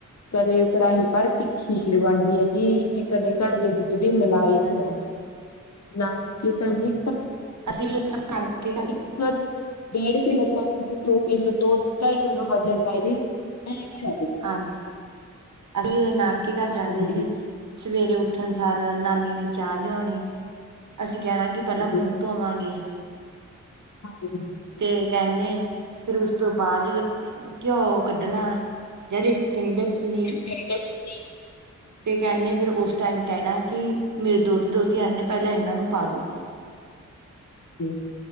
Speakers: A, on the left; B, on the right.
A: ਕਦੇ ਉਹ ਕੜਾਹੀ ਪਰ ਕੀ ਖੀਰ ਬਣਦੀ ਹੈ ਜੀ, ਤੇ ਕਦੇ ਘਰ ਦੇ ਦੁੱਧ ਦੀ ਮਲਾਈ
B: ਹਾਂਜੀ
A: ਖਵਾਓਣੀ ਨਾਣਕੇ ਤਾਂ ਜੀ
B: ਅਸੀਂ ਵੀ ਉਦਾਂ ਨਾਣਕੇ ਢ
A: ਮਤਲਬ ਡੇਢ ਕਿੱਲੋ ਭਾਨ'ਚ ਦੋ-ਕਿੱਲੋ, ਦੋ, ਢਾਈ ਕਿੱਲੋ ਗਾਜਰ ਪਾਜ ਨਹੀਂ ਵੀ
B: ਹਾਂਜੀ, ਅਸੀਂ ਨਾਣਕੇ ਘਰ ਜਾਂਦੇ
A: ਹਾਂਜੀ
B: ਸੀ ਸਵੇਰੇ ਉੱਠਣ ਸਾਰ ਨਾਨੀ ਨੇ ਚਾਹ ਲਿਆਉਣੀ, ਅਸੀਂ ਕਹਿਣਾ
A: ਹਾਂਜੀ
B: ਕਿ ਪਹਿਲਾਂ ਮੂੰਹ ਧੋਵਾਂਗੇ।
A: ਹਾਂਜੀ।
B: ਤੇ ਕਹਿੰਨੇ, ਫਿਰ ਉਸ ਤੋਂ ਬਾਅਦ ਜਦੋਂ ਘਿਓ ਕੱਢਣਾ ਯਾ ਰਿਡਕਣੀ, ਡੱਸਣੀ
A: ਫੇਰ ਦੱਸੋ ਜੀ,
B: ਤੇ ਕਹਿੰਨੇ ਫੇਰ ਉਸ ਟਾਈਮ ਕਹਿਣਾ ਕਿ ਮੇਰੇ ਦੋਤੇ ਦੋਤੀ। ਕਹ ਰਹੇ ਨੇ ਪਹਿਲਾਂ ਇਹਨਾਂ ਨੂੰ ਪਾ ਦੋ।
A: ਜੀ